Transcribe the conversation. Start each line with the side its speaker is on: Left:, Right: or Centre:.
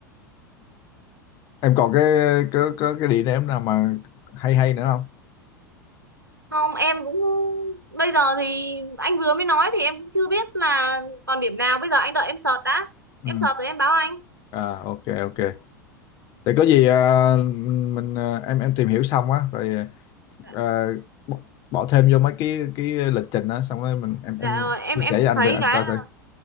Left: em còn cái cái cái, cái địa điểm nào mà hay hay nữa không
Right: không em cũng bây giờ thì anh vừa mới nói thì em cũng chưa biết là còn điểm nào bây giờ anh đợi em search đã
Left: ừ
Right: em search rồi em báo anh
Left: à ok ok để có gì à, mình à, em em tìm hiểu xong á rồi
Right: dạ
Left: à, bỏ bỏ thêm vô mấy cái cái lịch trình á xong rồi mình em em
Right: dạ rồi em
Left: chia
Right: em
Left: sẻ với anh
Right: thấy
Left: rồi anh
Right: cái
Left: coi
Right: là
Left: thử